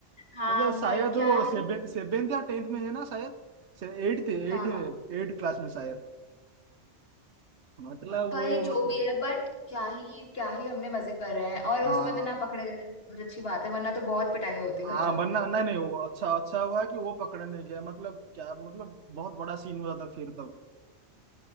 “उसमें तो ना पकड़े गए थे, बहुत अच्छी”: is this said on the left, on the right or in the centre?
Left